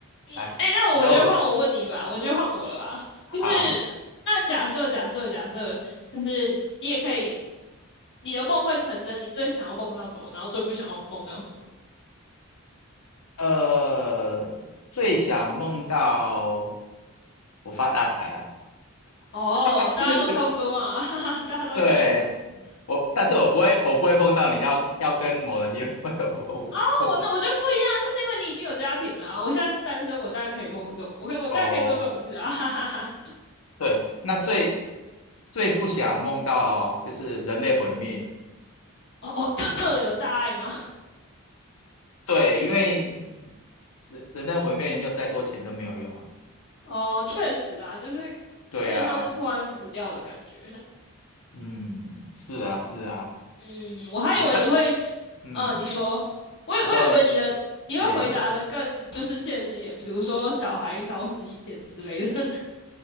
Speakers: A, on the left; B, on the left.
A: 嗯，
B: 来，
A: 哎，那我觉得换我问你吧，
B: 我再问。
A: 我觉得换我了吧，就是那假设假设假设，
B: 好，
A: 就是你也可以。你的梦会成真，你最想要梦到什么，然后最不想要梦到什么？
B: 呃，最想梦到我发大财啊！
A: 哦，
B: <laughs>
A: 大家都差不多啊，<laughs> 哈哈，大家都一样啊。
B: <laughs> 对，我，但是我不会，我不会梦到你要要跟某人约会，<laughs> 我我我不
A: 啊我那我就不一样，那是因为你已经有家庭了啊我现在是单身，我当然可以梦这种，我可以我当然可以做这种事啊，
B: 哦，
A: 哈哈哈。
B: 对，那最最不想梦到哦，就是人类毁灭，
A: 哦哦，这这种有大爱吗？
B: 对，因为人人类毁灭，你有再多钱都没有用啊，
A: <laughs> 哦，确实啦，就是
B: 对啊，
A: 有点像是突然死掉的感觉。
B: 嗯，是啊，是啊，
A: 嗯，我还以为你会，
B: 那个但嗯，
A: 呃，你说，我以我以为你的你会回答的更就是现实一点，
B: 我再问你，哎，你
A: 比如说小孩消失一天之类的。